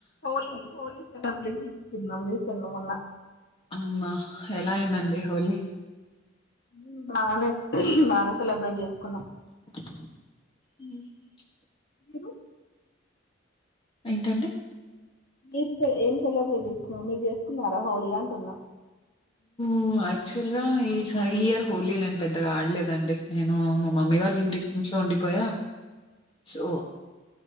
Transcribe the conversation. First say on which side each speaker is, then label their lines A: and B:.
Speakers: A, on the left; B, on the left.
A: హోలీ హోలీ స్ డబ్బులిచ్చి తిన్నాము కొన్ని మొన్న
B: అమ్మా ఎలా అయిందండి హోలీ
A: మ్మ్ బాగానే బాగానే సెలబ్రేట్ చేసుకున్నాం
B: మ్మ్
A: మీరు
B: ఏంటండి
A: మీరు సె ఏం సెలబ్రేట్ ఏసుకున్నారు మీరు చేసుకున్నారా హోలీ అంటున్నా
B: మ్మ్ యాక్చువల్ గా ఈ స ఈ ఇయర్ హోలీ నేను పెద్దగా ఆడలేదండి, నేను మా మమ్మీ వాళ్ళ ఇంటి ఇంట్లో ఉండిపోయా సో